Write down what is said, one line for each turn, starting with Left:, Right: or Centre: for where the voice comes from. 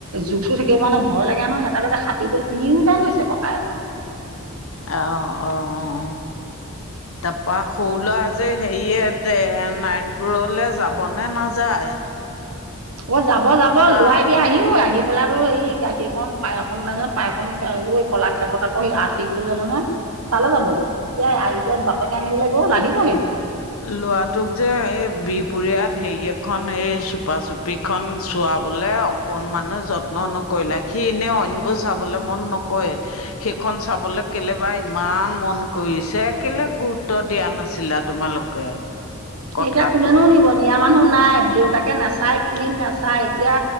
Right: জোখটো থাকিব পৰা নে ভয় লাগে নহ সেইটাগতে হাতুৰাবলৈ গৈ তিনিও টা লৈ হৈছে ককাই কৰ লগত।
Left: আহ অ অ। তাৰপৰা সৰু ল আজি হেৰি সেতে নাৰায়ণপুৰলৈ যাবনে নাযায়।
Right: অ' যাব যাব
Left: না
Right: লআ এতিয়া আহিব আহিব। স পেলাই বো এ ই গাখীৰকখন পায় এ ব নাই পায় এক খুৱাইিলো কলা ক্ষেত্ৰ ত আকৌ সি আঁ শিকিবলৈ যাব নহয়। তালে যাব এতিয়া এতিয়া বাপেকে আনিবলৈ গ'ল আহিব সি।
Left: ল'ৰাটো ক যে এই বিহপুৰীয়াত হেৰি এখন এই চুপা চুপি। খন চোৱাবলৈ অকণমানো যত্ন নকৰিলে সি এনেই অন্যবোৰ চাবলৈ মন নকৰে। সেইখন চাবলৈ কেলেবা ইমান মন কৰিছে। কেলে গুৰুত্ব দিয়া নাছিলা তোমালোকে। কথাটো
Right: এতিয়া কোনে নো নিব নিয়া মানুহ নাই দেউতাকে নাচাই ফিলি্ম নাচায় এতিয়া।